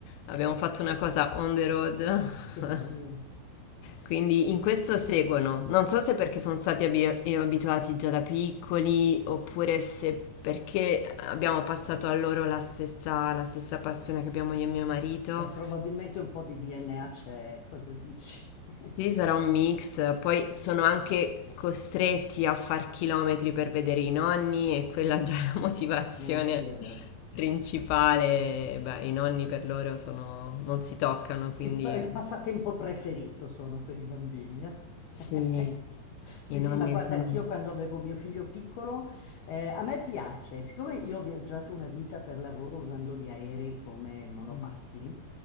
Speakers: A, on the left; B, on the left.
A: abbiamo fatto una cosa on the road
B: che
A: <laughs>
B: bello.
A: Quindi in questo seguono. Non so se perché sono stati abi- abituati già da piccoli oppure se perché abbiamo passato a loro la stessa, la stessa passione che abbiamo io e mio marito.
B: E probabilmente un po' di DNA c'è, cosa dici? <laughs>
A: Sì, sarà un mix. Poi
B: Mm.
A: sono anche costretti a far chilometri per vedere i nonni e quella è già è la motivazione
B: Eh sì, è vero.
A: principale. Beh, i nonni per loro sono... non si toccano, quindi
B: Il, pa- il passatempo preferito sono per i bambini. eh.
A: sì,
B: <laughs> Sì,
A: i nonni
B: sì, ma guarda,
A: sono...
B: anch'io quando avevo mio figlio piccolo, eh, a me piace, siccome io ho viaggiato una vita per lavoro usando gli aerei come monopattini,
A: Mm,